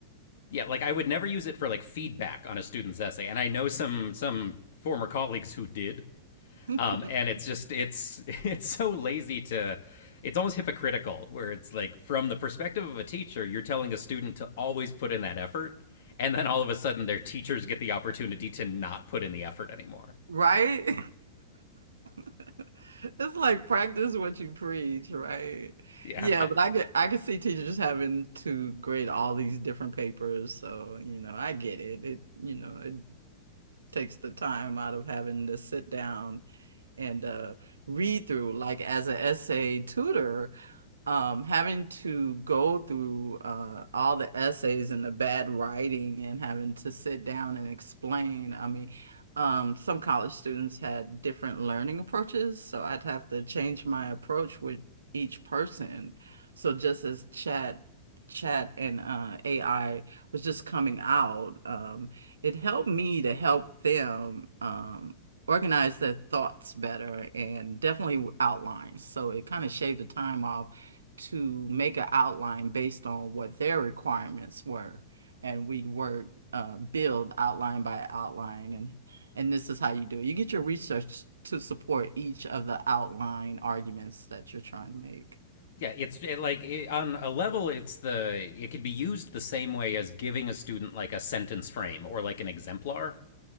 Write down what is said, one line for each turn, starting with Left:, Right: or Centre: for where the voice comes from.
Left: Yeah, like I would never use it for like feedback on a student's essay, and I know some some former colleagues who did,
Right: <laughs>
Left: Um, and it's just it's <laughs> it's so lazy to it's almost hypocritical where it's like from the perspective of a teacher, you're telling a student to always put in that effort, and then all of a sudden their teachers get the opportunity to not put in the effort anymore.
Right: Right? <laughs> It's like practice what you preach, right?
Left: Yeah.
Right: Yeah,
Left: uh,
Right: but I could I could see teachers just having to grade all these different papers. So, you know, I get it. It, you know, it takes the time out of having to sit down and uh, read through. Like as an essay tutor, um, having to go through uh, all the essays and the bad writing and having to sit down and explain. I mean, um, some college students had different learning approaches, so I'd have to change my approach with each person. So just as chat, chat and uh, AI was just coming out, um, it helped me to help them um, organize their thoughts better and definitely outlines. So it kind of shaved the time off to make an outline based on what their requirements were. And we'd work, uh, build outline by outline. And, and this is how you do it. You get your research to support each of the outline arguments that you're trying to make.
Left: Yeah, it's it, like it, on a level it's the it can be used the same way as giving a student like a sentence frame or like an exemplar